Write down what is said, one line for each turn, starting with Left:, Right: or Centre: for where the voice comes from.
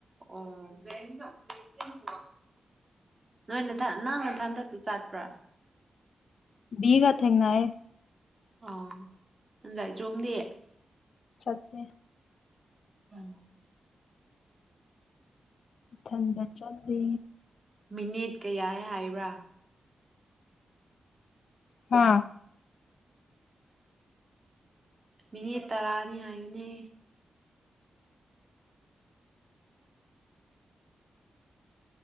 Right: ꯑꯣ ꯅꯣꯏꯅ ꯅꯪꯅ ꯍꯟꯗꯛꯇ ꯆꯥꯠꯄ꯭ꯔꯥ
Left: <inaudible> ꯤꯒꯠ ꯍꯦꯡꯅꯥꯏ
Right: ꯑꯣ ꯑꯗꯨꯗꯥ ꯆꯣꯡꯗꯦ
Left: ꯠꯇꯦ
Right: ꯎꯝ
Left: ꯏꯊꯟꯗ ꯆꯠꯦ
Right: ꯃꯤꯅꯤꯠ ꯀꯌꯥ ꯍꯥꯏꯕ꯭ꯔꯥ
Left: ꯍꯥꯥ
Right: ꯑꯣ ꯃꯤꯅꯤꯠ ꯇꯔꯥꯅꯤ ꯍꯥꯏꯌꯅꯦ